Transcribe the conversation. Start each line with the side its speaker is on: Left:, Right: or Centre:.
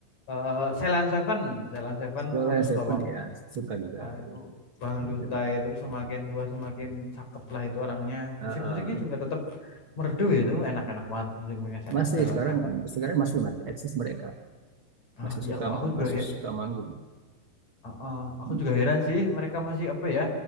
Left: eh Celine Seven, Celine Seven
Right: Scroll
Left: aku
Right: and
Left: suka
Right: Seven
Left: Bang.
Right: ya suka juga.
Left: Ah, itu Bang
Right: Scroll
Left: Duta
Right: Seven.
Left: itu semakin tua semakin cakep lah itu orangnya.
Right: Ah,
Left: Musik-musiknya
Right: ah.
Left: juga tetap merdu itu, enak-enak banget musik-musiknya Sel-
Right: masih
Left: Ceylon
Right: sekarang
Left: Seven.
Right: sekarang masih masih eksis mereka
Left: Ah,
Right: masih suka
Left: iya kok, aku juga
Right: masih
Left: he-
Right: suka manggung.
Left: ah, ah, aku
Right: Hmm.
Left: juga heran sih mereka masih apa ya